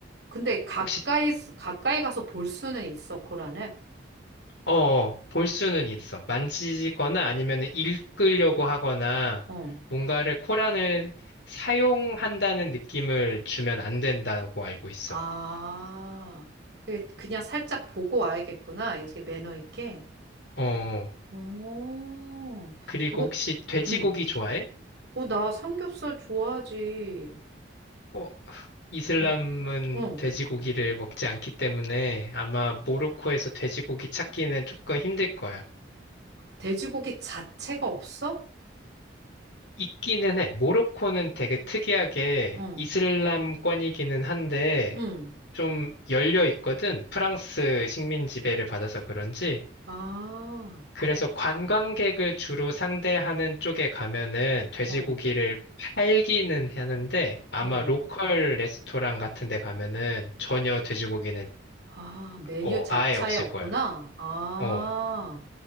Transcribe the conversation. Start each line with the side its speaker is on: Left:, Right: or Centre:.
Right: 근데 가까이,
Left: 혹시,
Right: 가까이 가서 볼 수는 있어, 코란을.
Left: 어, 볼 수는 있어. 만지거나 아니면 읽으려고 하거나
Right: 어.
Left: 뭔가를 코란을 사용한다는 느낌을 주면 안 된다고 알고 있어.
Right: 아, 그 그냥 살짝 보고 와야겠구나. 이게 매너 있게.
Left: 어,
Right: 오,
Left: 그리고
Right: 그거,
Left: 혹시 돼지고기
Right: 응.
Left: 좋아해?
Right: 어, 나 삼겹살 좋아하지.
Left: 어, 이슬람은
Right: 응. 응.
Left: 돼지고기를 먹지 않기 때문에 아마 모로코에서 돼지고기 찾기는 조금 힘들 거야.
Right: 돼지고기 자체가 없어?
Left: 있기는 해. 모로코는 되게 특이하게
Right: 응.
Left: 이슬람권이기는 한데
Right: 응.
Left: 좀 열려 있거든. 프랑스 식민 지배를 받아서 그런지.
Right: 아,
Left: 그래서 관광객을 주로 상대하는 쪽에 가면은 돼지고기를
Right: 어,
Left: 팔기는 하는데 아마
Right: 어.
Left: 로컬 레스토랑 같은 데 가면은 전혀 돼지고기는
Right: 아, 메뉴
Left: 어,
Right: 자체에
Left: 아예 없을
Right: 없구나.
Left: 거야.
Right: 아,
Left: 어.